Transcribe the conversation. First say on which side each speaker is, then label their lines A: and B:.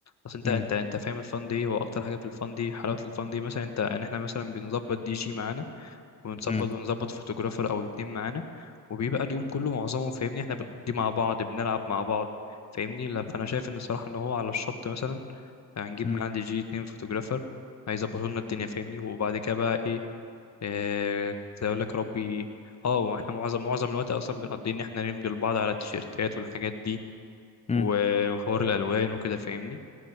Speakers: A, on the left; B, on the left.
A: أصل أنت
B: مم.
A: أنت أنت فاهم الفان دي هو أكتر حاجة في الفان دي حلاوة الفان دي مثلا أنت إن إحنا مثلا بنظبط دي جي معانا ونظبط
B: مم.
A: ونظبط فوتوغرافر أو اتنين معانا وبيبقى اليوم كله معظمه فاهمني إحنا بنقضيه مع بعض بنلعب مع بعض فاهمني لا فأنا شايف إن الصراحة إن هو على الشط مثلا هنجيب
B: مم.
A: معاه دي جي اتنين فوتوجرافر هيظبطوا لنا الدنيا فاهمني وبعد كده بقى ايه آه كنت اقول لك يا ربي اه واحنا معظم معظم الوقت اصلا بنقضي ان احنا نمضي لبعض على التيشيرتات والحاجات دي
B: مم.
A: و- وحوار الالوان وكده فاهمني